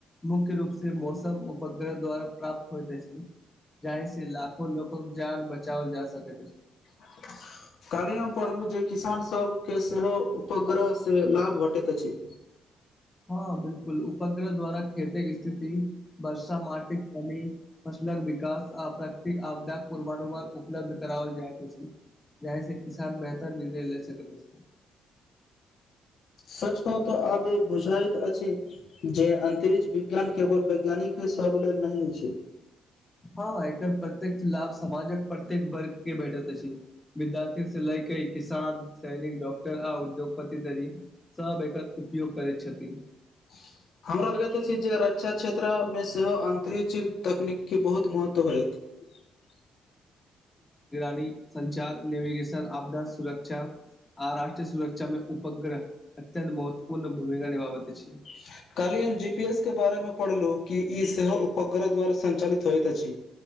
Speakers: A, on the left (about 15°); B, on the left (about 65°).
A: मुख्य रूप से मौसम उपग्रह द्वारा प्राप्त होइत अछि। जहि से लाखो लोकक जान बचाओल जा सकैत अछी।
B: <unintelligible> काल्हि हम पढ़लहुँ, जे किसानसभके सेहो उपग्रह से लाभ भेटैत अछि।
A: हँ बिल्कुल, उपग्रह द्वारा खेती के स्थिति। वर्षा, माटी के नमी, फसलक विकास आ प्राकृतिक आपदाक पूर्वानुमान। उपलब्ध कराओल जायत अछी। जाहि से किसान बेहतर निर्णय ले सकैत अछि।
B: सच कहू तऽ आब बुझायत अछि जे अंतरिक्ष विज्ञान केवल वैज्ञानिक। क ब नहि छै।
A: हँ, एकर प्रत्येक्ष लाभ समाजक। प्रत्येक वर्ग के भेटैत अछि, विद्यार्थी से लय क किसान सैनिक, डॉक्टर आ उद्योग। उपत्ति दरी सब एकर उपयोग करैत छथिन।
B: <inaudible> हमरा लगैत अछि जे रक्षा क्षेत्रमें सेहो अन्तरिक्ष तकनीक के बहुत महत्व होयत। <inaudible>
A: नी संचार, नेविगेशन, आपदा सुरक्षा। आ राष्ट्रीय सुरक्षा में उपग्रह अत्यंत महत्वपूर्ण भूमिका निभाबैत अछि।
B: <inaudible> कल्हि हम जी पी एस के बारे में पढ़लु कि ई सेहो उपग्रह द्वारा संचालित होइत अछि।